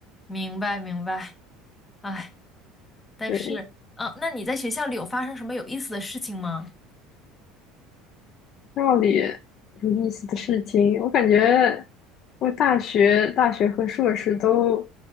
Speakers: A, on the left; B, on the left.
A: 明白明白。唉但是，
B: 对，
A: 嗯，那你在学校里有发生什么有意思的事情吗？
B: 道理有意思的事情，我感觉我大学、大学和硕士都